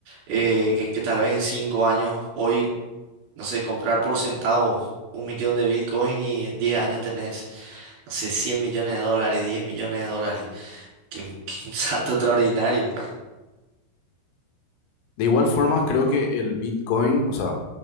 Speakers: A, on the right; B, on the left.
A: eh, que, que tal vez en 5 años, hoy, no sé, comprar por centavos un millón de Bitcoin y en diez años tenés, no sé, 100 millones de dólares, 10 millones de dólares, que, que un salto <laughs> extraordinario.
B: De igual forma, creo que el Bitcoin, o sea,